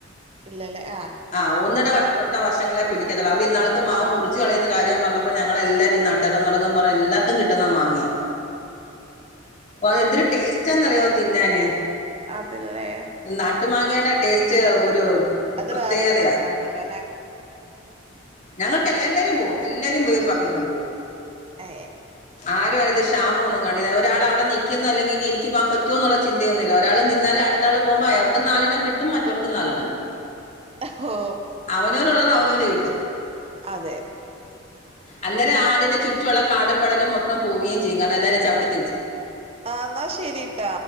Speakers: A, on the right (about 30°); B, on the left (about 40°).
A: ഇല്ലല്ലേ ആ
B: ആ ഹ് ഒന്നിട വട്ട വെട്ട വർഷങ്ങളെ പിടിക്കത്തൊള്ള് അവർ ഇന്നാൾക്ക് മാവ്
A: ആ
B: മുറിച്ച് കളയുന്ന കാര്യം പറഞ്ഞപ്പോൾ ഞങ്ങളെല്ലാരും <unintelligible> തൊടങ്ങുമ്പം പറയുന്നേ എല്ലാർക്കും കിട്ടുന്ന മാങ്ങയാ അതെന്തൊരു ടേസ് റ്റാന്നറിയോ തിന്നാന്
A: അതില്ലേ
B: നാട്ടുമാങ്ങയുടെ ടേസ്റ്റ് ഒരു
A: അത്
B: പ്രത്യേകതയാ
A: വേറൊരു രസാണല്ലോ അല്ലെ
B: ഞങ്ങൾക്ക് എല്ല എല്ലാരും പോവും എല്ലാരും പോയി പറക്കിക്കൊണ്ട് പോരും
A: ഏ
B: ആരും അത് ക്ഷാമം ഒന്നും കാണില്ല ഒരാൾ അവിടെ നിക്കക്കുന്നു അല്ലെങ്കിൽ ഇനി എനിക്ക് പോകൻ പറ്റോന്നുള്ള ചിന്തയൊന്നുമില്ല ഒരാള് നിന്നാലടു ത്താള് പോകുമ്പോ അവർക്കും നാലെണ്ണം കിട്ടും മറ്റവർക്കും നാലെണ്ണം കിട്ടും
A: ഓ
B: അവനവനുള്ളത് അവനവന് കിട്ടും
A: അതെ
B: അന്നേരം ആഹ് അതിന്റെ ചുറ്റുവൊള്ള കാടും പടലും മൊത്തം പോവുകയും ചെയ്യും കാരണം എല്ലാരും ചവിട്ടിത്തേച്ച്
A: ആഹ് എന്നാ ശരിട്ടാ